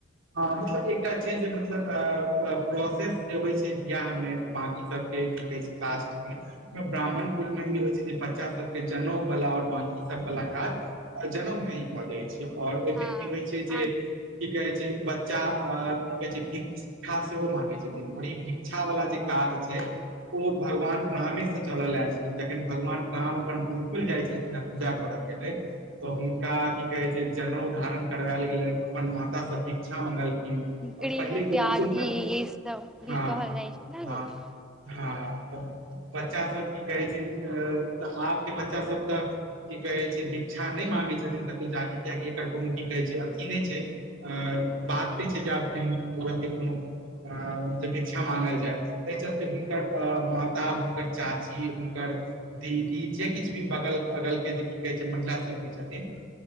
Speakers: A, on the right; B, in the centre.
A: हं मतलब एकटा छै जे मतलब प्रोसेस जे होइ छै बिआह मे बाकी सबके की कहै छै पास्ट मे ब्राह्मण कुल मे इ होइ छै जे बच्चा सबके जनेउ बला आओर बाँंकी सब बला काज जनेउ मे ई भऽ जाइत छै आओर ओहिमे
B: हँ
A: की होइत छै जे
B: आब
A: की कहैत छै जे बच्चा अ की कहै छै ठीक भिक्षा सेहो माँंगै छथिन आओर ई भिक्षा वला जे काज छै ओ भगवान रामे से चलल आयल छै। जखन भगवान राम अपन गुरुकुल जाइ छलखिन पूजा करऽ के लेल तऽ हुनका की कहै जे जनेउ धारण करवायल गेलैन अपन माता सं भिक्षा मंगलखिन
B: दिल
A: आओर पहिले
B: है त्यागी
A: गुरुकुलमे
B: ई सब
A: हँ
B: भी कहल जाइ छै ने
A: हँ
B: लोग
A: हँ तऽ बच्चा सब की कहै छैऽ आबके बच्चा सब तऽ की कहै छै भिक्षा नहि मांगै छथिन कतहु जाकऽ कियाकि एकर कोनो की कहै छै अथी नहि छै अ बात नै छै जे अपने ओरा के कोनो जे भिक्षा मांगल जाय एहि चलते हुनकर माता, हुनकर चाची, हुनकर दीदी जे किछु भी बगल अगलके जे किछु कहै छै महिला सभ जे छथिन